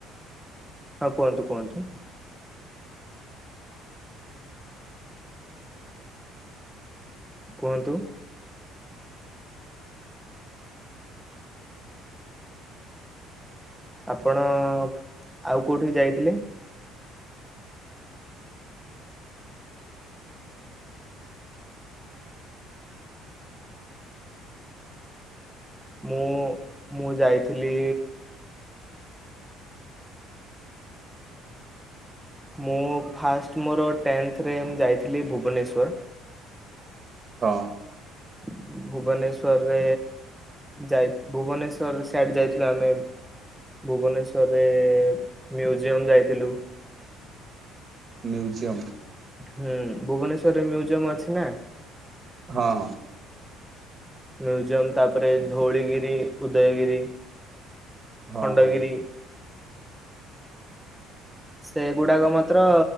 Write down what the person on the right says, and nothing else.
ହଁ।
ମ୍ୟୁଜୟମ୍।
ହଁ ହଁ।
ହଁ
ହଁ